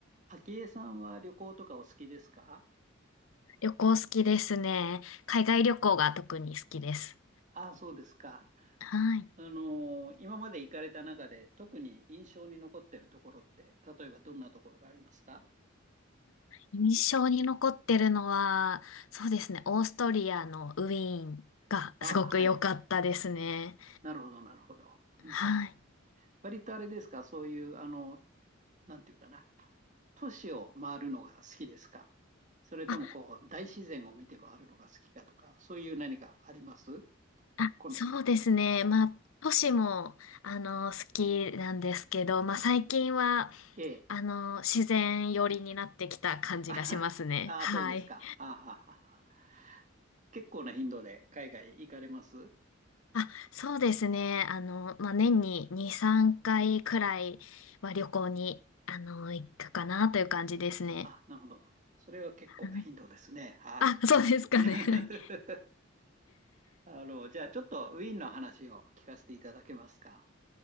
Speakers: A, on the right (about 40°); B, on the left (about 80°).
A: 昭恵さんは旅行とかお好きですか
B: 旅行好きですね。海外旅行が特に好きです。
A: ああ、そうですか。
B: はい。
A: あのー今まで行かれた中で特に印象に残ってるところって、例えばどんなところがありますか
B: 印象に残ってるのは、そうですね、オーストリアのウィーンがすごく良かったですね。
A: ああ、はい。なるほど、なるほど。うん。
B: はい。
A: 割とあれですか、そういう、あの、なんていうかな、都市を回るのが好きですかそれともこう、
B: あ、
A: 大自然を見て回るのが好きかとか、そういう何かあります
B: あ、
A: 好み。
B: そうですね。まあ、都市も、あの、好きなんですけど、まあ、最近は、
A: ええ。
B: あの、自然寄りになってきた感じがしますね。
A: あははあ <laughs>
B: はい。
A: あ、そうですか。はあはあはあはあ結構な頻度で海外行かれます
B: あ、そうですね。あの、まあ、年に2、3回くらいは旅行に、あの、行くかなという感じですね。
A: あ、なるほど。それは結構な頻度ですね。
B: はい。
A: はい。
B: あ、そうですかね。
A: <laughs> あの、じゃあちょっとウィーンの話を聞かせていただけますか。